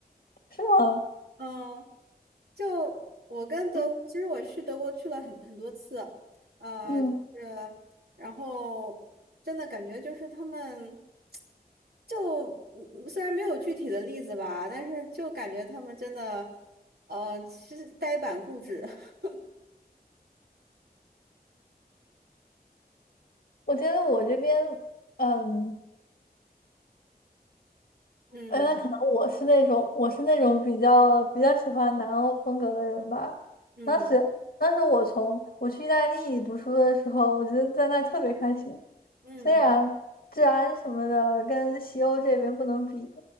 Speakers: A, on the left (about 70°); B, on the right (about 75°).
A: 是吗？
B: 嗯。就我跟德国，
A: 嗯
B: 其实我去德国去了很很多次，呃，
A: 嗯，
B: 就是然后真的感觉就是他们就嗯虽然没有具体的例子吧，但是就感觉他们真的呃其实呆板固执，<laughs>
A: 我觉得我这边，嗯，
B: 嗯
A: 呃那可能我是那种我是那种比较比较喜欢南欧风格的人吧。
B: 嗯
A: 当时当时我从我去意大利读书的时候，我觉得在那特别开心，
B: 嗯
A: 虽然治安什么的跟西欧这边不能比，